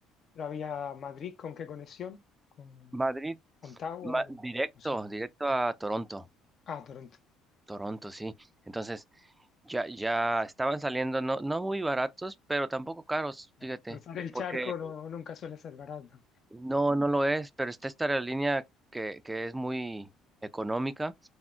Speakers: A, on the left; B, on the right.
A: Pero había Madrid, ¿con qué conexión? ¿Con
B: Madrid
A: Ottawa
B: ma-
A: o
B: directo,
A: no sé?
B: directo a Toronto.
A: Ah, Toronto.
B: Toronto, sí. Entonces, ya, ya estaban saliendo, no, no muy baratos, pero tampoco caros, fíjate,
A: No. Cruzar el
B: porque
A: charco no, nunca suele ser barato.
B: no, no lo es, pero está esta aerolínea que, que es muy económica